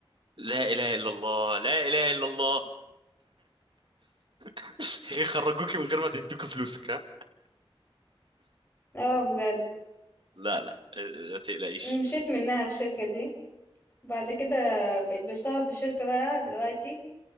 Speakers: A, on the right; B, on the left.
A: لا اله الا الله لا اله الا الله <laughs> يخرجوكي من غير ما تدوكي فلوسك ها
B: اه بجد
A: لا لا لا تقلقيش
B: مشيت منها الشركه دي بعد كده بقيت بشتغل في شركة بقى دلوقتي